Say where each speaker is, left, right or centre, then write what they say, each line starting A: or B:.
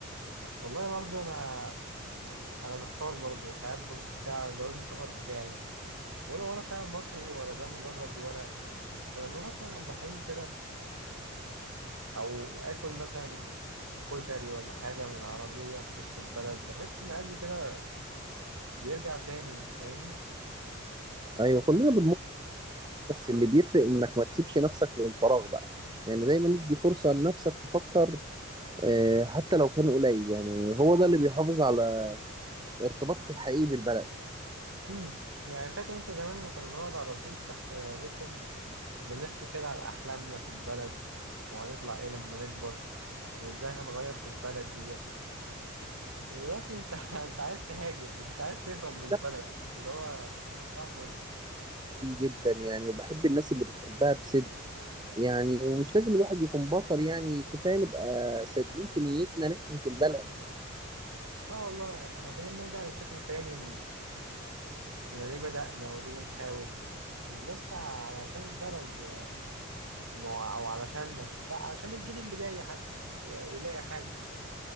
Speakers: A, on the right; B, on the right.
A: والله برضو انا انا محتار برضو ساعات ببص كده على جواز السفر بتاعي ولا ولا فعلا مصري ولا ده مجرد ورق بس لما بسمع عبد الحليم كده أو آكل مثلا كشري ولا حاجة من عربية في وسط البلد بحس إن قلبي كده بيرجع تاني فاهمني؟
B: ايوه كلنا بنمر بس اللي بيفرق انك ما تسيبش نفسك للفراغ بقى يعني دايما ادي فرصة لنفسك تفكر آه، حتى لو كان قليل يعني هو ده اللي بيحافظ على ارتباطك الحقيقي بالبلد
A: امم فاكر أنت زمان لما كنا بنقعد على الرصيف تحت بيتكم كنا بنحكي كده على أحلامنا في البلد وهنطلع إيه لما نكبر وإزاي هنغير في البلد ديت دلوقتي أنت <laughs> أنت عايز تهاجر أنت عايز تهرب من البلد
B: ده
A: اللي هو صباح الفل
B: كتير جدا يعني وبحب الناس اللي بتحبها بصدق يعني ومش لازم الواحد يكون بطل يعني كفايه نبقى صادقين في نيتنا ناحيه البلد
A: اه والله احنا محتاجين نرجع نفتكر تاني إحنا ليه بدأنا وليه بنحاول مش بس علشان البلد يعني أو أو علشاننا لأ علشان الجيل اللي جاي حتى ي- يلاقي حاجة